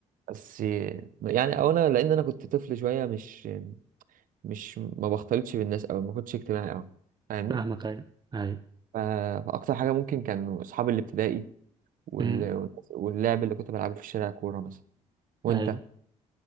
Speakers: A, on the right; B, on the right.
A: بس يعني او انا لان انا كنت طفل شويه مش مش ما بختلطش بالناس او ما كنتش اجتماعي قوي فاهمني
B: فاهمك اي اي
A: ف- فاكتر حاجه ممكن كانوا اصحاب الابتدائي وال-
B: امم
A: واللعب اللي كنت بلعبه في الشارع كوره مثلا وانت
B: اي